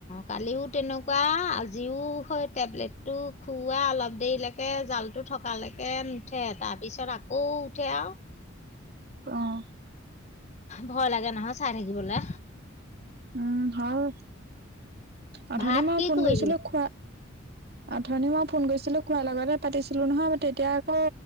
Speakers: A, on the left; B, on the right.
A: কালিও তেনেকুৱা। আজিও হয় টেবলেটটো খুওৱা অলপ দেৰিলৈকে জালটো থকালৈকে নুঠে তাৰপিছত আকৌ উঠে আৰু।
B: অহঁ।
A: ভয় লাগে নহয় চাই থাকিবলৈ
B: উম হয় অথনি
A: ভাত
B: মই
A: কি
B: ফোন
A: কৰিলি?
B: কৰিছিলো খোৱা অথনি মই ফোন কৰিছিলো খোৱাৰ লগতে পাতিছিলো নহয় তেতিয়া আকৌ